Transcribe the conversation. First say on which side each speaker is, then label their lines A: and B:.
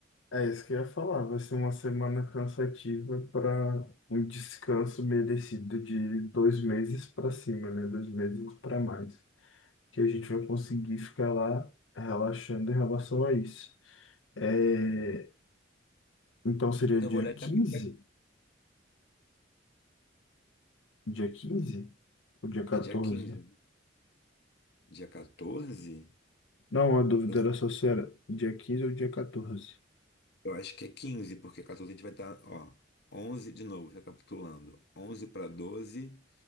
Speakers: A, on the left; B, on the left.
A: É isso que eu ia falar. Vai ser uma semana cansativa para um descanso merecido de dois meses para cima, né? Dois meses para mais. Que a gente vai conseguir ficar lá relaxando em relação a isso. É,
B: Hum.
A: Então seria
B: Então,
A: dia
B: eu vou olhar
A: 15?
B: dia,
A: Dia 15? Ou dia 14?
B: é dia 15, né? Dia 14?
A: Não, a dúvida
B: Eu
A: era só se era dia 15 ou dia 14.
B: eu acho que é quinze porque 14 a gente vai estar, ó, 11 de novo, recapitulando. onze para 12,